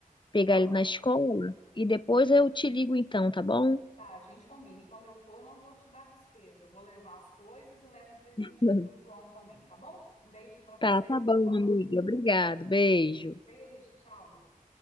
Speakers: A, on the left (about 35°); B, on the left (about 50°).
A: pegar
B: tá
A: ele
B: bom.
A: na escola e depois eu te ligo então, tá bom?
B: Tá, a gente combina. E quando eu for, não vou te dar despesa. Vou levar as coisas e levo um presentinho
A: <laughs>
B: pro João também, tá bom? Um beijo para você
A: Tá, tá
B: e pro
A: bom,
B: João.
A: amiga. Obrigado. Beijo.
B: Beijo, tchau, meu bem.